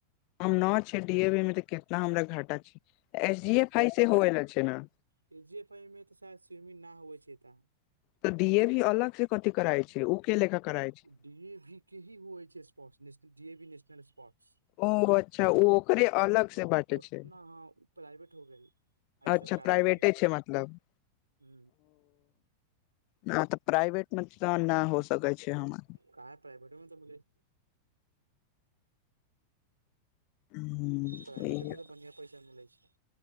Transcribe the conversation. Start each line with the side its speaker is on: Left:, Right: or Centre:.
Left: हम न छै डी एी मे त केितना हमरा घाटा छै एस डी ए फई से होवे ल छै ने
Right: के जी ए फाइमे तऽ सेह स्विमिंग नहि होइ छै तऽ
Left: तऽ डी ए भी अलग से कथि कराई छै उ के लेखका करई छै
Right: डी ए भी के ही होइ छै स्पोर्ट्स डी ए भी नेशनल स्पोर्ट्स
Left: ओ अच्छा ओ ओकरे अलग से बाटे
Right: टोट
Left: छै
Right: न हँ प्राइवेट हो गेल आ इ
Left: अच्छा
Right: सरकारी
Left: प्राइवेटे
Right: हो गेल
Left: छै मतलब
Right: हु
Left: नहि तऽ प्राइवेट मे तऽ नहि हो सकै छै हमार
Right: काह प्राइवेटमे तऽ बोलै
Left: हूँ,
Right: प्राइवेटोमे तऽ बढ़िआँ पैसा मिलैत छै